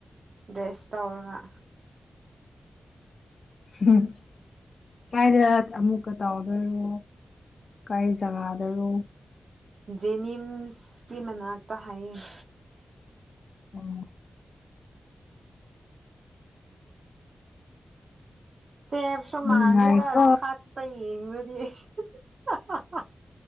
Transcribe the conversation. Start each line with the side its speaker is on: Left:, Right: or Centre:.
Right: ꯗ꯭ꯔꯦꯁ ꯇꯧꯔꯒ
Left: <unintelligible> ꯀꯥꯏꯗ ꯑꯃꯨꯛꯀ ꯇꯥꯎꯗꯣꯏꯔꯣ ꯀꯥꯏ ꯖꯒꯥꯗꯔꯣ
Right: ꯖꯦꯅꯤꯝꯁꯀꯤ ꯃꯅꯥꯛꯇ ꯍꯥꯏꯌꯦ
Left: ꯎꯝ
Right: ꯆꯦꯞꯁꯨ
Left: ꯅꯨꯡꯉꯥꯏꯀꯣ
Right: ꯃꯥꯅꯤꯗ ꯑꯁ ꯍꯥꯠꯄ ꯌꯦꯡꯂꯗꯤ <unintelligible>